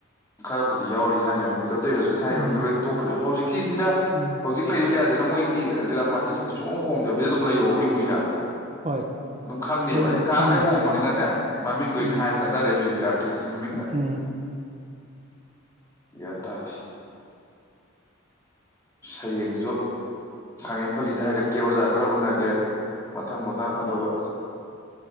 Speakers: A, on the left (about 15°); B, on the right (about 30°).
A: ꯈꯔꯕꯨ ꯌꯥꯎꯔꯤ ꯊꯥꯏꯅ ꯃꯃꯤꯡꯣ ꯑꯗꯨ ꯑꯣꯏꯔꯒꯁꯨ ꯊꯥꯏꯅ ꯃꯃꯤꯡꯗꯣ
B: ꯎꯝ
A: ꯂꯣꯏ ꯇꯣꯛꯈ꯭ꯔꯁꯨ ꯍꯧꯖꯤꯛꯀꯤꯁꯤꯗ
B: ꯎꯝ
A: ꯍꯧꯖꯤꯛ ꯂꯩꯔꯤꯕ ꯃꯣꯏꯒꯤ ꯂꯤꯂꯥ ꯄꯥꯔꯇꯤꯁꯤꯡꯗ ꯁꯨꯡꯎ ꯍꯣꯡꯗꯕꯤꯗ ꯑꯗꯨꯝ ꯂꯩꯌꯣ ꯀꯨꯏ ꯀꯨꯏꯗ
B: ꯍꯣꯏ
A: ꯑꯗꯨꯝ ꯈꯪꯅꯦꯕ
B: ꯑꯗꯨꯗꯤ
A: ꯑꯦ ꯀꯂꯦꯛ
B: ꯈꯪꯅꯤ
A: ꯍꯣꯡꯕꯅꯤꯅꯅꯦ
B: ꯈꯪꯅꯤ
A: ꯃꯃꯤꯡꯗꯅꯦ
B: ꯎꯝ
A: ꯍꯥꯏ ꯆꯠꯅꯔꯦ ꯍꯧꯖꯤꯛꯇꯤ ꯑꯥꯔꯇꯤꯁꯀꯤ ꯃꯃꯤꯡꯗ
B: ꯎꯝ
A: ꯒꯟ ꯇ ꯊ ꯁꯌꯦꯡꯁꯨ ꯈꯥꯉꯦꯝ ꯄꯂꯤꯗ ꯍꯥꯏꯒꯠꯀꯦ ꯑꯣꯖꯥ ꯈꯔ ꯎꯅꯒꯦ ꯃꯊꯪ ꯃꯊꯪ ꯑꯗꯨꯒ